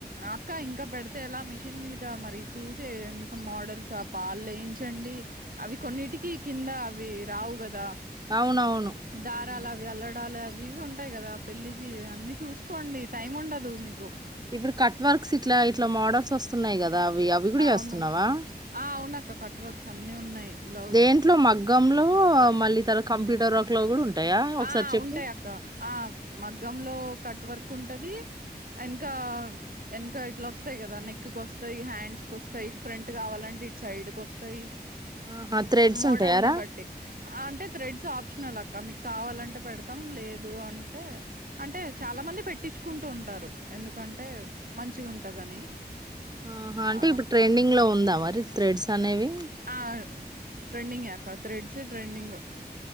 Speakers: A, on the right; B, on the right.
A: అక్క ఇంకా పెడితే ఎలా మిషిన్ మీద మరి చూసే ఎందుకు మోడల్స్ ఆ పాలు వేయించండి అవి కొన్నిటికిీ కింద అవి రావు కదా
B: అవునవును
A: దారాల
B: మ్మ్.
A: అవి అల్లడాల అ వివిగా ఉంటాయి కదా పెళ్లిి అన్ని చూసుకోండి టైమ్ ఉండదు మీకు
B: ఇప్పుడు కట్ వర్క్స్ ఇట్లా ఇట్లా మోడల్స్ వస్తున్నాయి కదా అవి అవి కూడా
A: అవును
B: చేస్తున్నావా
A: ఆ అవున అక్క కట్ వర్క్స్ అన్నిీ ఉన్నాయి బ్లౌజ్
B: దేంట్లో మగ్గంలో మళ్ళీ తర్వాత కంప్యూటర్ వర్క్ లో కూడా ఉంటాయా ఒకసారి
A: ఆ
B: చెప్పు
A: ఉంటాయి అక్క ఆ మగ్గంలో కట్ ట్ వర్క్ ఉంటది ఎనకా ఎనకా ఇట్లా వస్తాయి కదా నెక్ క వస్తాయి హ్యాండ్స్ కి వస్తాయి ఫ్రంట్ కావాలంటడి ఇ సైడ్కి వస్తాయి
B: ఆహా థ్రెడ్స్
A: మోడల్ని
B: ఉంటాయారా
A: బట్టి అంటే థ్రెడ్స్ ఆప్షనల్ అ ఇకా మీకు కావాలంటే పెడతాం లేదు అంటే అంటే చాలా మంది పెట్టించుకుంటూ ఉంటారు ఎందుకంటే మంచిగా ఉంటదని.
B: ఆహా అంటే
A: ఆ
B: ఇప్పుడు ట్రెండింగ్ లో ఉందా మరి థ్రెడ్స్ అనేవి
A: ఆ ట్రెండింగ్క థ్రెడ్స్ ట్రెండింగ్